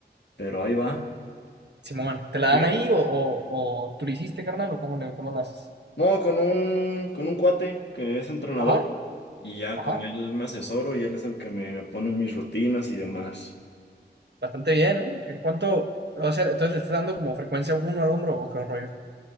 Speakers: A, on the left (about 80°); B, on the right (about 75°).
A: pero ahí va.
B: Simón, ¿te la
A: Fíjate.
B: dan ahí o, o, o tú lo hiciste, carnal, o cómo le, cómo las...
A: No, con un, con un cuate que es entrenador
B: Ajá,
A: y ya
B: ajá,
A: con él me asesoro y él es el que me pone mis rutinas y demás.
B: bastante bien, ¿eh? ¿En cuánto, o sea, entonces le estás dando como frecuencia uno al hombro o qué rollo?